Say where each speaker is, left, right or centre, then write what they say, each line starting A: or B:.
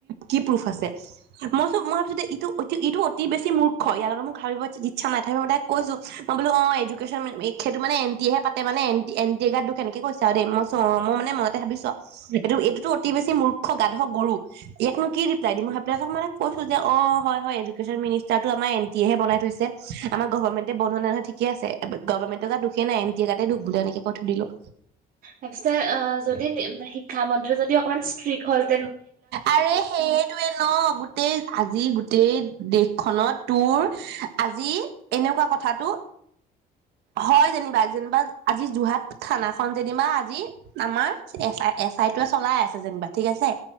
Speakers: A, on the right; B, on the right.
A: কি প্ৰফ আছে মই চো মই ভাবিছো দে এইটো ইটো অতি বেছি মূৰ্খ ইয়াৰ লগত মোক ভাবিবলৈ ইচ্ছা নাই তাপি মই তাক কৈছো মই বো অ', এডুকেশ্যন সেইটো মে এন টি এহে পা মানে এট এ্ দুখ এনেকৈছে আৰু দেই মইো অ', মই মান মতে ভাবিছো এইটো এইটোতো অতি বছি মূৰ্খ গাধ গৰু ইয়াকনো কি ৰিপ্লাই দিম মই সোইক মানে কৈছো যে অ', হয় হয় এডুেশ্যন মিনষ্টাৰটো আমাৰ এন টিহ বনাইছে আমাৰ গভৰ্ণমেণ্টে বনোৱা নাই নহয় ঠিকে আছে গভৰ্মেণ্টে গাত দুখে নাই এনটি এ গাতে দুখ বুলিলে এনেকে কৈ থৈ দিলোঁ।
B: তাৰ পিছতে অ', যদি শিক্ষামন্ত্ৰী যদি অকমান ষ্ট্ৰিক্ট হ'ল
A: আৰে সেইটোৱে ন' গো গোটেই আজি গোটেই দেশখনত তোৰ আজি এনেকুৱা কথাটো হয় যেনিবা যেনিবা আজি যোৰহাট থানা খন যেনিবা আজি আমাৰ এ আই এছ আই টোৱে চলাই আছে যেনিবা ঠিক আছে।